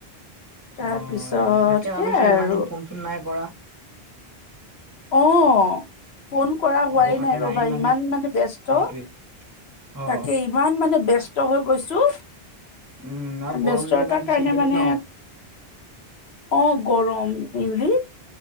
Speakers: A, on the left; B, on the right.
A: তাৰ
B: অ'
A: পিছত
B: তাকে
A: সেয়াই
B: ভাবিছো ইমান
A: আৰু
B: দিন ফোন চোন নাই কৰা।
A: অঁ'। ফোন কৰা
B: খবৰ
A: হোৱাই
B: খাতি
A: নাই ৰ'বা ইমান
B: দিন
A: মানে ব্যস্ত,
B: সেইটোৱে অ
A: তাকেই - ইমান মানে ব্যস্ত হৈ গৈছো,
B: উম আৰু গৰমটো
A: ব্যস্ততাৰ
B: ইমান দিছে
A: কাৰণে
B: এইকেইদিন
A: মানে
B: ন
A: - অ' গৰম ইলদি,